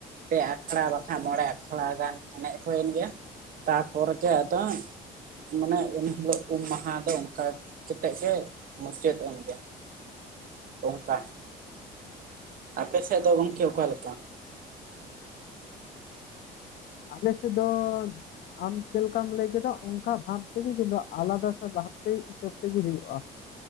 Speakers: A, on the right; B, on the left.
A: ᱯᱮ ᱟᱠᱷᱲᱟ ᱵᱟᱠᱷᱟᱡ ᱢᱚᱬᱮ ᱟᱠᱷᱲᱟ ᱜᱟᱱ ᱮᱱᱮᱡ ᱦᱩᱭᱮᱱ ᱜᱮ ᱾ ᱛᱟᱨᱯᱚᱨ ᱪᱮᱫ ᱟᱫᱚ ᱢᱟᱱᱮ ᱩᱱ ᱦᱤᱞᱳᱜ ᱩᱢ ᱢᱟᱦᱟ ᱫᱚ ᱚᱱᱠᱟ ᱠᱟᱛᱮᱜ ᱜᱮ ᱢᱩᱪᱟᱹᱫ ᱮᱱ ᱜᱮ ᱚᱱᱠᱟ ᱟᱯᱮ ᱥᱮᱫ ᱫᱚ ᱜᱟᱢᱠᱮ ᱚᱠᱟ ᱞᱮᱠᱟ?
B: ᱟᱞᱮ ᱥᱮᱫ ᱫᱚ ᱟᱢ ᱪᱮᱫ ᱞᱮᱠᱟᱢ ᱞᱟᱹᱭ ᱠᱮᱫᱟ ᱚᱱᱠᱟ ᱵᱷᱟᱵᱽ ᱛᱮᱜᱮ ᱠᱤᱱᱛᱩ ᱟᱞᱟᱫᱟ ᱦᱤᱥᱟᱹᱵ ᱛᱮᱜᱮ ᱦᱩᱭᱩᱜᱼᱟ